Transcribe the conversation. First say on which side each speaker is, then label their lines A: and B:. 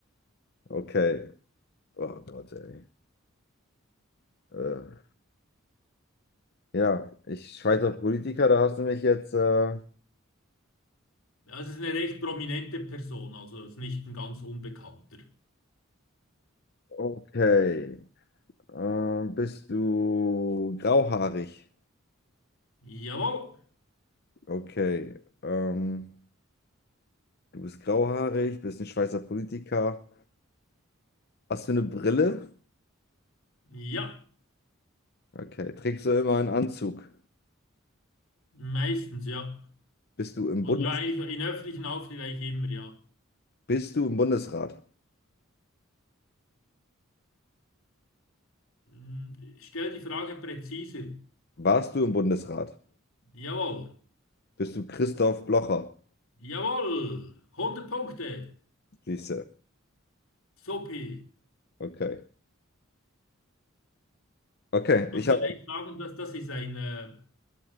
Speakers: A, on the left (about 50°); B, on the left (about 80°).
A: okay. Oh Gott, ey. Äh, ja, ich Schweizer Politiker, da hast du mich jetzt. Äh,
B: Das ist eine recht prominente Person, also ist nicht ein ganz Unbekannter.
A: okay. Äh, bist du grauhaarig?
B: Jawohl.
A: Okay. Ähm, du bist grauhaarig, bist ein Schweizer Politiker. Hast du eine Brille?
B: Ja,
A: Okay. Trägst du immer einen Anzug?
B: meistens, ja.
A: Bist du im
B: Und
A: Bundes
B: Ja, eigentlich in öffentlichen Auftritten eigentlich immer, ja.
A: bist du im Bundesrat?
B: Hm, Stell die Frage präziser.
A: Warst du im Bundesrat?
B: Jawohl.
A: Bist du Christoph Blocher?
B: Jawohl. hundert Punkte.
A: Siehste.
B: Sopi.
A: Okay. Okay,
B: Man
A: ich
B: könnte
A: habe.
B: eigentlich sagen, dass das ist ein äh,